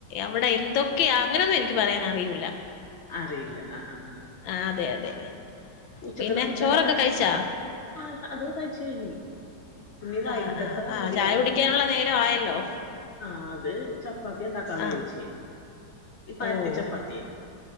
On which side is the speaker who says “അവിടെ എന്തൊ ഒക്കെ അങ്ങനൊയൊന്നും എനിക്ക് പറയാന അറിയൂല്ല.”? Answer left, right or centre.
Left